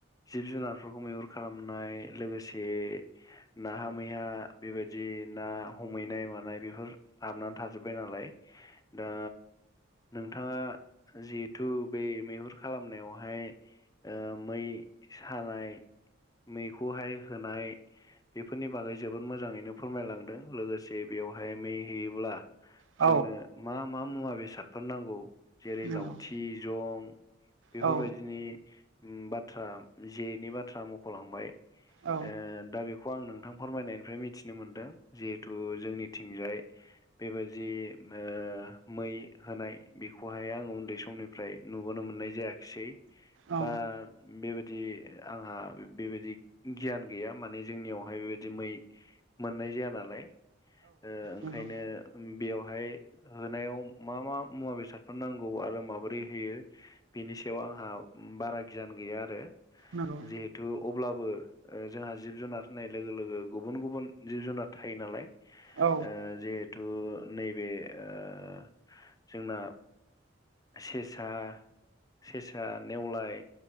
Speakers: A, on the left (about 20°); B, on the right (about 75°).
A: जिब-जुनारफोरखौ मैहुर खालामनाय लोगोसे बे नाहा मैहा बेबायदि ना हमहैनाय मानाय बेफोर हाबनानै थाजोब्बाय नालाय दा नोंथाङा जिहेथु बै मैहुर खालामनायावहाय ओ मै सानाय मैखौहाय होनाय बेफोरनि बागै जोबोद मोजाङैनो फोरमायलां दों लोगोसे बेयावहाय मै होयोब्ला
B: औ
A: जोंनो मा मा मुवा बेसादफोर नांगौ जेरै
B: नंगौ
A: लावथि जं बेफोरबायदिनि
B: औ
A: उम बाथ्रा जेनि बाथ्रा मख'लांबाय
B: औ
A: ओ दा बे खौ आं नोंथां फोरमायनायनिफ्राय मिथिनो मोनदों जिहेथु जोंनिथिंजाय बेबायादि ओ मै होनाय बेखौहाय आङो उन्दै समनि फ्राय नुबोनो मोननाय जायाखिसै
B: औ
A: बा बेबायदि आंहा बेबायदि गियान गैया माने जोंनियावहाय बेबायदि मै मोननाय जाया नालाय ओ ओंखायनो
B: नंगौ
A: ओम बेवहाय होनायाव मा मा मुवा बेसादफोर नांगौ आरो माबोरै होयो बेनि सायाव आंहा बारा गियान गैया आरो
B: नंगौ
A: जेहे तु अब्लाबो ओ जोंहा जिब जुनार होननाय लोगो लोगो गुबुन गुबुन जिब जुनार थायो नालाय। ओ
B: औ
A: जेहेथु नैबे ओ जोंना सेसा सेसा नेवलाय